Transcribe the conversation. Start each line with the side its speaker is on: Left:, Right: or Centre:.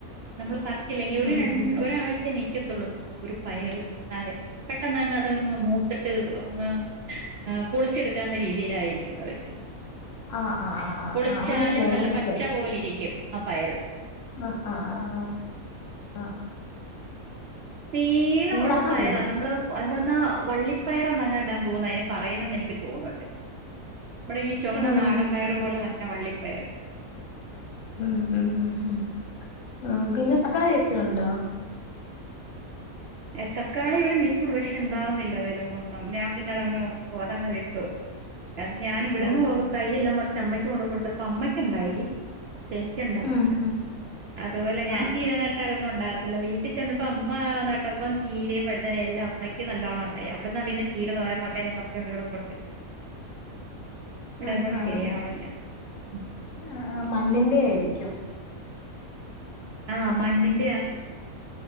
Right: നമ്മള് പറി ച്ചില്ലെങ്കിൽ
Left: ഉം
Right: ഒരു രണ്
Left: ഉം ഉം.
Right: ഒരാഴ്ചയെ നിക് നിക്കത്തുള്ളം തോന്നുന്നു ഒരു പയറ് നിന്നാലെ പെട്ടെന്നങ്ങ് അതങ്ങ് മൂത്ത് ട്ട് അങ്ങ് ആ പൊളിച്ചെടുക്കാവുന്ന രീതിയിലായിരി ക്കുന്നത്
Left: ആ ആ
Right: <unintelligible>
Left: ആ ആ
Right: പൊളിച്ചാലും
Left: ആ മനസ്സിലായി
Right: നല്ല
Left: മനസ്സിലായി
Right: പച്ച പോലെ ഇരിക്കും. ആ പയറ്
Left: ആ ആഹ് ആ ആ ആഹ്
Right: നീളോ ഒള്ള
Left: തക്കാളി
Right: പയറാ
Left: ഉണ്ടോ
Right: നമ്മള് എന്താെന്നാ വള്ളിപ്പയറെന്നെങ്ങണ്ട തോന്നുന്നു അതിന് പറയുന്നന്ന് എനിക്ക് തോന്നുന്നുണ്ട്. നമ്മുടെ ഈ ചൊമന്ന
Left: ഉം
Right: നാടൻ
Left: ഉം
Right: പയർ
Left: ഉം
Right: പോലെ തന്നെ വള്ളി പയറ്
Left: മ് മ് മ് മ് ആ പിന്നെ പ കറിയൊക്കെ ഒണ്ടോ?
Right: എ തക്കാളി ഇവിടെ നിപ്പുണ്ട്, പക്ഷേ ഇണ്ടാവുന്നില്ല അതേലങ്ങും ഒന്നും ഞാൻ പിന്നെ അതങ്ങ് അതങ്ങ് വിട്ടു. അത് ഞാൻ ഇവിടുന്ന്
Left: ഓ
Right: പോകു
Left: ഓ
Right: തൈ എല്ലാം പറിച് ചമ്മയ്ക്ക് കൊണ്ട് കൊടുത്തപ്പോ അമ്മക്കിണ്ടായി. ക്ഷേ എനിക്കുണ്ടായില്ല,
Left: ഉം ഉം
Right: അതുപോലെ ഞാൻ
Left: ആ
Right: ചീര നട്ടാലൊന്നും ഉണ്ടാവത് ത്തില്ല വീട്ടിൽ ചെന്നപ്പോ അമ് ഇപ്പം ചീരയും വഴുതന എല്ലാം അമ്മയ്ക്ക് നല്ലോണം ഉണ്ടായി, അവിടന്നാ പിന്ന ചീര തോരം വക്കാൻ ഞാൻ പറിച്ചോണ്ട് ഇവിടെ കൊണ്ടുവരുന്നെ. ഇവിടെ
Left: ആ
Right: അങ്ങോട്ട്
Left: ആ
Right: ശരിയാവണില്ല. <unintelligible>
Left: ആ ആ മണ്ണിന്റെയായിരിക്കും.
Right: ആ മണ്ണിന്റെയാ തോന്നുന്നു.